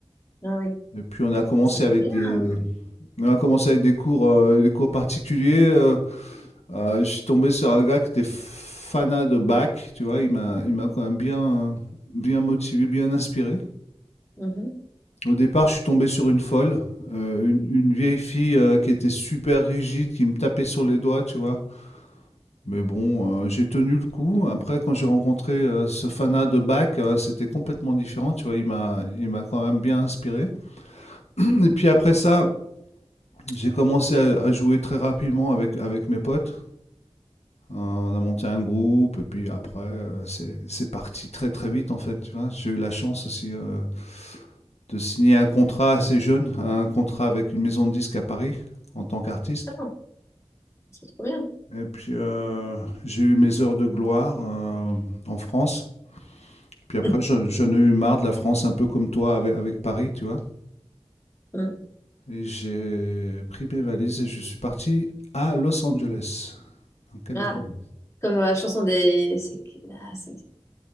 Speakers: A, on the left; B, on the left.
A: Ah oui.
B: Et puis on a commencé
A: Oh, C'est trop
B: avec des,
A: bien.
B: on a commencé avec des cours, euh, des cours particuliers. euh, euh, je suis tombé sur un gars qui était fanat de Bach, tu vois. Il m'a, il m'a quand même bien, euh, bien motivé, bien inspiré.
A: Mhm.
B: Au départ, je suis tombé sur une folle, euh, une, une vieille fille euh, qui était super rigide, qui me tapait sur les doigts, tu vois. Mais bon, euh, j'ai tenu le coup. Après, quand j'ai rencontré euh, ce fanat de Bach, euh, c'était complètement différent, tu vois. Il m'a, il m'a quand même bien inspiré. <clears throat> Et puis après ça, j'ai commencé à, à jouer très rapidement avec, avec mes potes. Euh, on a monté un groupe, et puis après, euh, c'est, c'est parti très très vite, en fait, tu vois. J'ai eu la chance aussi. euh, de signer un contrat assez jeune, un contrat avec une maison de disques à Paris en tant qu'artiste.
A: Ah, c'est trop bien.
B: Et puis euh, j'ai eu mes heures de gloire euh, en France. Puis après,
A: <laughs>
B: j'en j'en ai eu marre de la France, un peu comme toi avec, avec Paris, tu vois.
A: Hmm.
B: Et j'ai pris mes valises et je suis parti à Los Angeles, en Californie.
A: Ah, comme dans la chanson des. C'est... qui- ah, c'est-